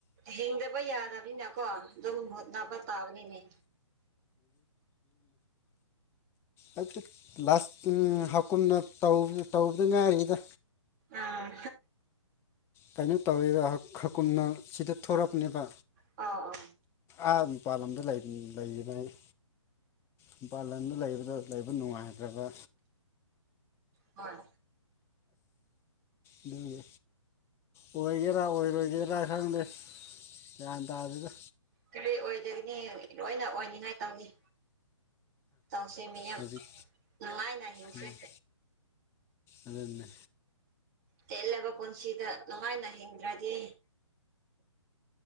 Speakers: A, on the right (about 35°); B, on the left (about 15°).
A: ꯍꯤꯡꯗꯕ ꯌꯥꯗꯕꯅꯤꯅ ꯀꯣ ꯑꯗꯨꯝ ꯍꯗꯅꯥ ꯄ ꯄꯥꯥꯎꯅꯤꯅꯦ
B: ꯑꯩ ꯂꯥꯁ ꯍꯥꯀꯨꯝꯅ ꯇꯧꯕꯗ ꯉꯥꯏꯔꯤꯗ
A: ꯑꯥ
B: ꯀꯩꯅꯣ ꯇꯧꯋꯔꯤꯕ ꯈꯀꯨꯝꯅ ꯁꯤꯗ ꯊꯣꯔꯛꯄꯅꯦꯕ
A: ꯑꯣ ꯑꯣ
B: ꯑ ꯃꯄꯥꯥꯟ ꯂꯝꯗ ꯂꯩꯔꯤꯕꯅꯤ ꯃꯄꯥꯟ ꯂꯝꯗ ꯂꯩꯕꯗ ꯂꯩꯕ ꯅꯨꯡꯉꯥꯏꯇ꯭ꯔꯕ
A: ꯍꯣꯏ
B: ꯑꯗꯨꯒꯤ ꯑꯣꯏꯒꯦꯔꯥ ꯑꯣꯏꯔꯣꯏꯒꯦꯔꯥ ꯈꯪꯗꯦ ꯂꯗ ꯑꯗꯨꯕ
A: ꯀꯔꯤ ꯑꯣꯏꯗꯒꯅꯤ ꯂꯣꯏꯅ ꯑꯣꯏꯅꯤꯡꯉꯥꯏ ꯇꯧꯏꯤ ꯇꯧꯁꯤꯦ ꯃꯤ ꯌꯥꯝ
B: ꯍꯧꯖꯤꯛ
A: ꯅꯨꯡꯉꯥꯏꯅ ꯍꯤꯡꯁꯦ
B: ꯎꯝ ꯑꯗꯨꯅꯦ
A: ꯇꯦꯠꯂꯕ ꯄꯨꯟꯁꯤꯗ ꯅꯨꯡꯉꯥꯏꯅ ꯍꯤꯡꯗ꯭ꯔꯗꯤ